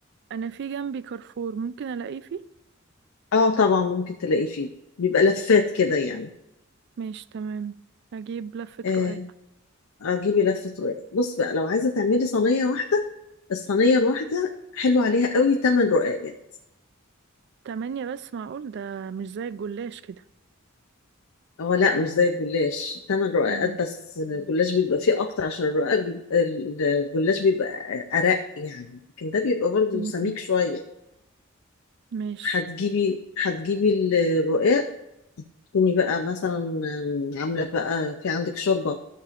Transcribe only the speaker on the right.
انا في جنبي كارفور ممكن الاقيه فيه
ماشي تمام هجيب لفة
رقاق
تمانية بس معقول ده مش زي الجلاش كده
مم.
مم.
ماشي